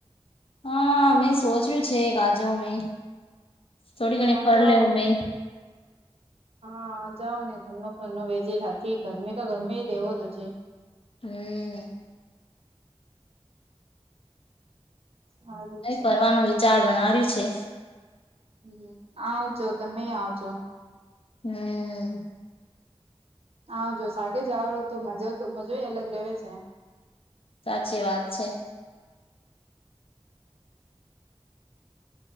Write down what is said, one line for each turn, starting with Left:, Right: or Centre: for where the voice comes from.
Left: હા મે સોચ્યું છે આજ મે. થોડી ઘણી
Right: આ
Left: પર
Right: જાઓ
Left: લેવ મે
Right: હા જાઓ ને ગરનો ફર નો વેચે રાખે ગરમે કો ગરમે રહેેવો તો છે.
Left: <unintelligible>
Right: સારું
Left: નહિ
Right: છે
Left: ફરવાનો વિચાર બનાર્યું છે.
Right: હમ્મ આવજો તમે આવજો.
Left: હમ્મ.
Right: આવજો સાચે જ આવ તો મજા મજોય અલગ રહેવે છે.
Left: સાચી વાત છે.